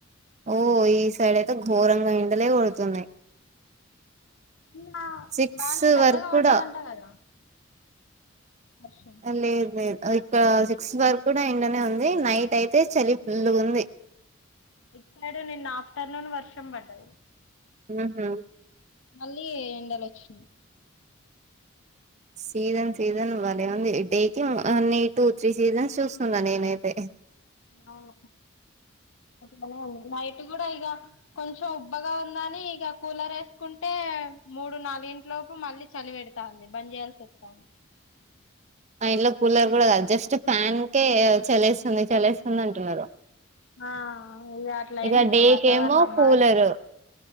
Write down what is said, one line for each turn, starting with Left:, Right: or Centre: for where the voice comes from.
Right: ఓ ఈ సైడ్ అయితే ఘోరంగా ఏండలే కొడుతున్నాయి
Left: నిన్నా
Right: సిక్స్
Left: బానే పెద్దగా
Right: వరకు కూడా
Left: పడ్డదంట కదా వర్షం
Right: లేదు లేదు ఇక్కడ సిక్స్ వరకు కూడ ఎండా నే ఉంది నైట్ అయితే చలి ఫుల్ ఉంది
Left: ఐట్ సైడు నిన్న ఆఫ్టర్నూన్ వర్షం పడ్డది
Right: హు హు
Left: మళ్ళీ ఎండలు వచ్చినా <unintelligible>
Right: సీజన్ సీజన్ భలే ఉంది డేకి వన్ ఎయి టు త్రీ సీజన్స్ చూస్తుంనా నేనైతే
Left: అవును నైట్ కూడా ఇక కొంచెం ఉబ్బగా ఉందని ఇక కూలర్ వేసుకుంటే మూడు నాలు ఇంట్లోపు మళ్ళీ చలి పెడతాంది బని చేయాల్సి వస్తాంది
Right: మా ఇంట్లో కూలర్ జస్ట్ ఫ్యాన్ కే చలేస్తుంది చల్స్తుంది అంటున్నారు
Left: ఆ ఇది అట్లా అయింది
Right: ఇక
Left: ఇప్పుడు
Right: డే
Left: వాతావరణం
Right: కేమో కూలరు
Left: మారు